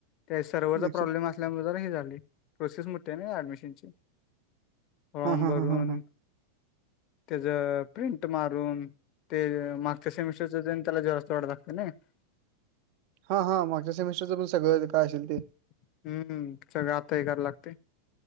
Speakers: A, on the left; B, on the right.
A: त्या सर्वरचा
B: लेक्चर
A: प्रॉब्लेम अस असल्यामुळे जरा हे झाले प्रोसेस मोठी आहेना ऍडमिशनची फॉर्म
B: हा हा
A: भरून
B: हा हा हा
A: त्याच प्रिंट मारून ते मागच्या सेमिस्टरचं तेन चला जोरथोडताते ना <unintelligible>
B: हा हा मागच्या सेमिस्टरचं पण सगळं काय असेल ते.
A: हम्म हम सगळं आता हे करायला लागतंय